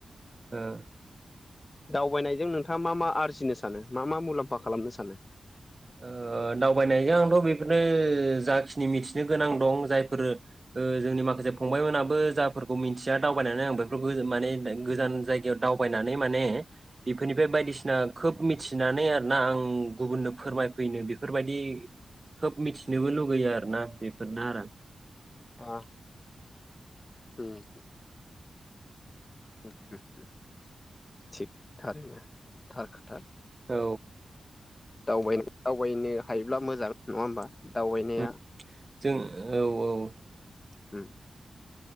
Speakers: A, on the right; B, on the left.
A: ओ
B: दावबायनायजों नोंथाङा मा मा आरजिनो सानो मा मा मुलाम्फा खालामनो सानो
A: ओ दावबायनायजों आंथ बेफोरनो जाखिनि मिथिनो गोनां दं जायफोर जोंनि ओ माखासे फंबायमोनाबो जाफोरखौ मिथिया दावबायनानै आं बेफोरखौ माने गोजान जायगायाव दावबायनानै माने बेफोरनिफ्राय बायदिसिना खोब मिथिनानै आरोना आं गुबुननो फोरमायफैनो बेफोरबायदि खोब मिथिनोबो लुगैयो आरोना बेफोरनो आरो
B: अ ओम होम होम होम थिग थारैनो थार खो था
A: औ
B: दावबायनायाव थगायनो हायोब्ला मोजां नंङा होमबा
A: जों
B: दावबायनाया
A: औ औ
B: ओम